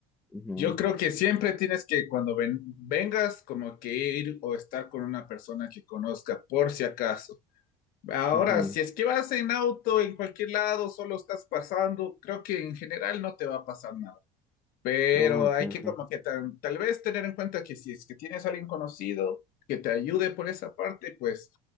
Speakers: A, in the centre; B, on the left.
A: Ujú,
B: yo creo que siempre tienes que cuando ven- vengas como que ir o estar con una persona que conozca por si acaso. Ahora,
A: ujú.
B: si es que vas en auto, en cualquier lado, solo estás pasando, creo que en general no te va a pasar nada. Pero
A: Oh, ok,
B: hay que
A: ok.
B: como que tal, tal vez tener en cuenta que si es que tienes a alguien conocido que te ayude por esa parte, pues